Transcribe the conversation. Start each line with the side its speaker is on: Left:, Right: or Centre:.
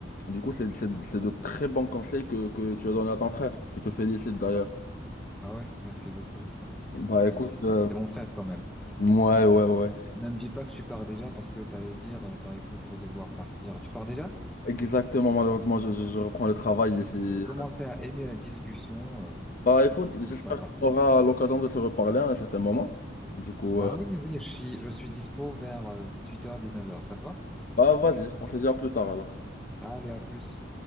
Left: Du coup, c'est c'est- c'est de très bons conseils que, que tu as donné à ton frère. Je te félicite d'ailleurs.
Centre: Ah ouais, merci beaucoup.
Left: Bah
Centre: Mais
Left: écoute,
Centre: c'est
Left: euh,
Centre: c'est mon frère quand même.
Left: ouais, ouais, ouais.
Centre: Ne me dis pas que tu pars déjà parce que t'allais dire, euh, bah écoute, je vais devoir partir. Tu pars déjà?
Left: Exactement, malheureusement, je, je- je reprends le travail ici.
Centre: J'ai commencé à aimer la discussion, euh,
Left: Bah écoute, j'espère
Centre: mais c'est pas grave.
Left: qu'on aura l'occasion de se reparler à un certain moment. Du coup,
Centre: Bah
Left: euh,
Centre: oui, oui, je suis, je suis dispo vers 18h, 19 heures. Ça te va?
Left: bah vas-y, on se dit à plus tard alors.
Centre: Allez, à plus.